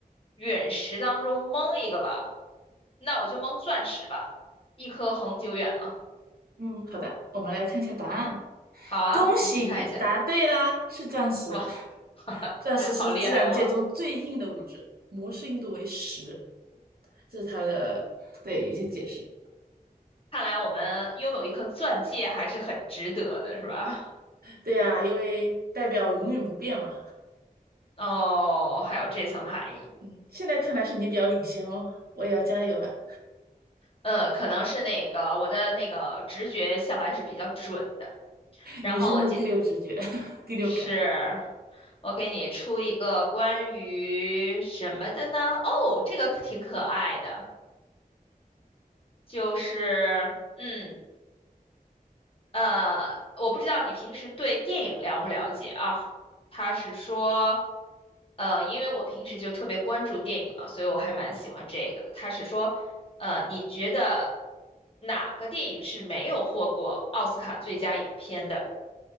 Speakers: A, on the left (about 35°); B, on the right (about 85°).
A: 陨石当中蒙一个吧，那我就蒙钻石吧，一颗恒久远嘛。
B: 嗯，好的，我们来看一下答案。
A: 好啊，
B: 恭喜你答对啦，
A: 一起看一下。
B: 是钻石。
A: 哇，
B: <laughs>
A: <laughs>
B: 钻石是自然界中最硬的物质，
A: 好厉害我！
B: 摩氏硬度为十。这是它的对一些解释。
A: 看来我们拥有一颗钻戒还是很值得的，是吧？
B: 对呀，因为代表永远不变嘛。
A: <laughs> 哦，还有这层含义。
B: 嗯，现在看来是你比较领先哦，我也要加油了。
A: 呃，可能是那个我的那个直觉向来是比较准的，然后我就
B: 女生的第六直觉、<laughs> 第六感，
A: 是，我给你出一个关于什么的呢？哦，这个可挺可爱的，就是嗯呃，我不知道你平时对电影了不了解啊？他是说，呃，因为我平时就特别关注电影嘛，所以我还蛮喜欢这个的。他是说，呃，你觉得哪个电影是没有获过奥斯卡最佳影片的